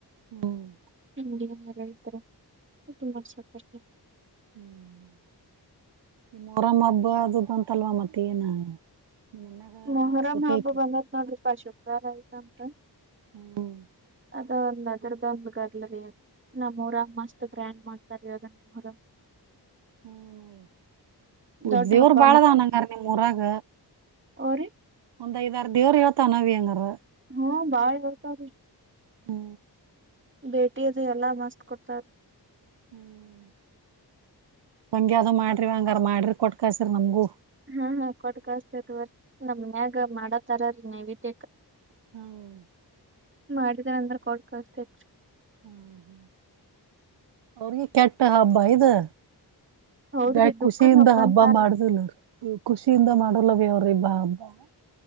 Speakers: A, on the right; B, on the right.
A: ಹ್ಮ್
B: ಹ <inaudible> ರೈತರ ತುಂಬಾ ಸಾಕಷ್ಟ
A: ಹ್ಮ ಮೊರಂ ಹಬ್ಬ ಅದು ಬಂತ ತಲ್ವಾ ಮಾತೇ ನ ನಿನ್ನಗ
B: ಮೊಹರಂ
A: ನಿನಗೆ ಸಟ್ಟಿ
B: ಹಬ್ಬ ಬಂದತ್ ನೋಡ್ರಿಪಾ <unintelligible>
A: ಹ್ಮ <inaudible>
B: ಅ ಒಂದ್ ಅದರದ ಒಂದು ಗದಲರಿ ನಮ್ಮೂರಾಗ ಮಸ್ತ್ ಗ್ರ್ಯಾಂಡ್ ಮಾಡ್ತಾರೀ ಅದನ್ ಮರ
A: ಹ್ಮ್ <inaudible> ಉದ್
B: ದೊಡ್ಡ
A: ದೇವ್ರ
B: ಹಬ್ಬ
A: ಬಾಳದಾವ್ ನಂಗರ ನಿಮ್ಮೊರಗ
B: ಹೋರಿ
A: ಒಂದ್ಐದಾರ ದೇವ್ ಹೇಳ್ತಾನಾವವಿ ಹೆಂಗಾರರ
B: ಹಾ ಬಾಯ ಹತ ರೀ
A: ಹ್ಮ
B: ಭೇಟಿದು ಎಲ್ಲಾ ಮಸ್ತ್ ಕೊಡ್ತಾರ
A: ಹ್ಮ್ <inaudible> ಹಂಗಾದ ಮಾಡಟರುವಂಗ ಅ ಮಾಡ್ರಿ ಕೊಟ್ಟ ಕಸ್ರರಿ ನಮಗೂ
B: ಹ್ಮ ಹಾ ಕೊಟ್ಕಸ್ತತ್ ನಮನ್ಯಾಗ ಮಾಡತರ ನೈವೇದ್ಯ
A: ಹ್ಮ್
B: ಮಾಡಿದ್ರ ಅಂದ್ರ ಕೊಡ್ ಕಸ್ತತ್ <inaudible>
A: ಹ ಹ ಅವರ ಕೆಟ್ಟ ಹಬ್ಬ ಇದು
B: ಹೌದ್ರಿ
A: ಗಾ
B: ದುಃಖದ್
A: ಖುಷಿಯಿಂದ ಹಬ್ಬ
B: ಅಂತಾರ್ರಿ.
A: ಮಾಡುದಿಲ್ಲ ಖುಷಿಯಿಂದ ಮಾಡಲವ ಅವ್ರ ಇಬ್ಬಾ ಹಬ್ಬ ಹ <inaudible>